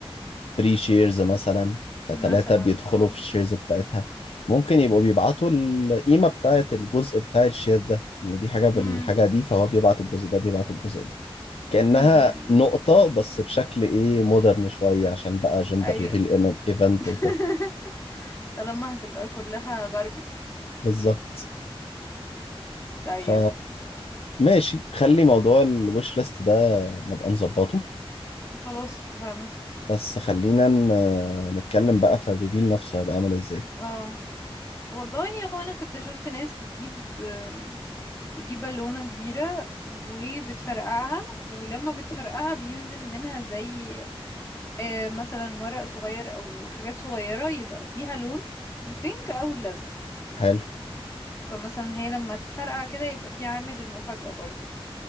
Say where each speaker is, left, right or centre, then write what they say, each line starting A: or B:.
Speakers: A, on the left; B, on the left.
A: 3 شيرز مثلا فتلاتة
B: مثلا
A: بيدخلوا
B: اه
A: في الشيرز بتاعتها ممكن يبقوا بيبعتوا القيمة بتاعت الجزء بتاع الشير ده إن دي حاجة بالحاجة
B: امم
A: دي فهو بيبعت الجزء ده بيبعت الجزء ده كأنها
B: امم أمم.
A: نقطة بس بشكل إيه مودرن شوية عشان بقى جندر
B: ايوه
A: ريفيل إيفنت
B: <laughs>
A: وكده
B: طالما هتبقى كلها غربي
A: بالظبط
B: طيب
A: ف ماشي خلي موضوع الوش ليست ده نبقى نظبطه
B: خلاص اتفقنا
A: بس خلينا ن- نتكلم بقى في الريفيل نفسه هيبقى عامل ازاي
B: اه والله هو انا كنت شفت ناس بتجيب آم، بتجيب بالونة كبيرة وبتفرقعها ولما بتفرقعها بينزل منها زي آه، مثلا ورق صغير او حاجات صغيرة يبقى ليها لون البينك او الازرق
A: حلو
B: فمثلا هي لما تفرقع كده يبقى في عامل المفاجأة برضو